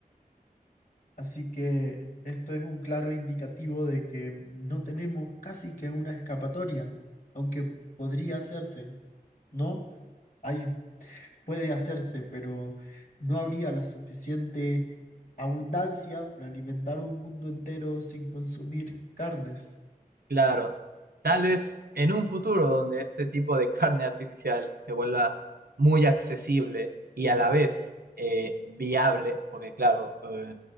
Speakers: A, on the left (about 60°); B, on the right (about 85°).
A: Así que esto es un claro indicativo de que no tenemos casi que una escapatoria, aunque podría hacerse, ¿no? Ahí puede hacerse, pero no habría la suficiente abundancia para alimentar un mundo entero sin consumir carnes.
B: Claro, tal vez en un futuro donde este tipo de carne artificial se vuelva muy accesible y a la vez eh, viable, porque claro, eh,